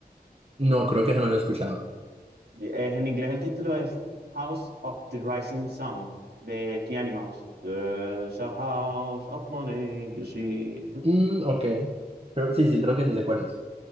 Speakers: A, on the right; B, on the right.
A: No, creo que ya no lo he escuchado.
B: Eh, en inglés el título es House of the Rising Sun de The Animals. There's a house of money, you see.
A: Mm, ok. Pero sí, sí, creo que sí sé cuál es.